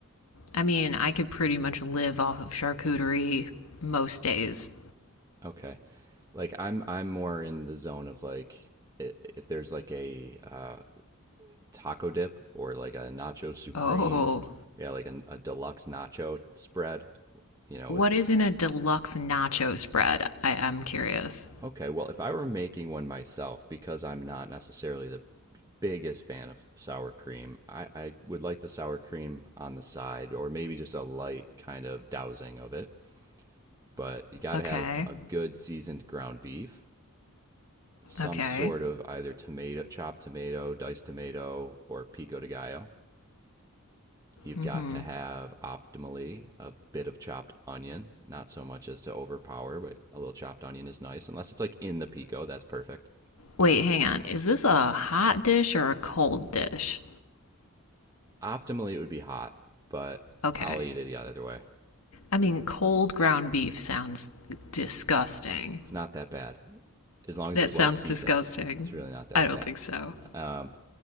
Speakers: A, on the left (about 70°); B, on the right (about 15°).
A: I mean, I could pretty much live off of charcuterie most days.
B: Okay. Like I'm I'm more in the zone of like i- if there's like a uh, taco dip or like a nacho supreme,
A: Oh.
B: yeah, like a, a deluxe nacho spread, you know,
A: What
B: with
A: is in a deluxe nacho spread? I am curious.
B: okay, well, if I were making one myself because I'm not necessarily the biggest fan of sour cream. I, I would like the sour cream on the side or maybe just a light kind of dousing of it. But you got
A: Okay.
B: to have a good seasoned ground beef, some
A: Okay.
B: sort of either tomato, chopped tomato, diced tomato, or pico de gallo. You've
A: Mm
B: got
A: hmm.
B: to have optimally a bit of chopped onion, not so much as to overpower, but a little chopped onion is nice, unless it's like in the pico, that's perfect.
A: Wait, hang on. Is this a hot dish or a cold dish?
B: Optimally, it would be hot, but
A: Okay.
B: I'll eat it either way.
A: I mean, cold ground beef sounds disgusting.
B: It's not that bad. As long as
A: That
B: it's well
A: sounds
B: seasoned,
A: disgusting.
B: it's really not that
A: I don't
B: bad.
A: think so.
B: Um,